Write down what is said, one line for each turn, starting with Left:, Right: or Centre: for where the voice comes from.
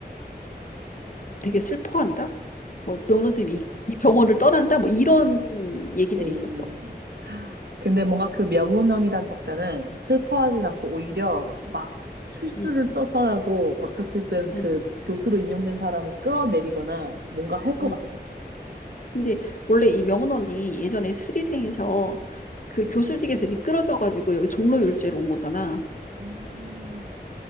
Left: 되게 슬퍼한다. 뭐 명훈 선생님이 이, 이 병원을 떠난다. 뭐 이런 얘기들이
Right: 음.
Left: 있었어.
Right: 근데 뭔가 그 명운원이란 작자는 슬퍼하진 않고 오히려 막 술수를
Left: 음,
Right: 써서라도 어떻게든 그
Left: 음.
Right: 교수로 임명된 사람을 끌어내리거나 뭔가 할 것
Left: 음,
Right: 같아.
Left: 근데 원래 이 명원원이 예전에 스리생에서 그
Right: 음.
Left: 교수직에서 미끄러져가지고 여기 종로 율제로 온 거잖아.
Right: 음.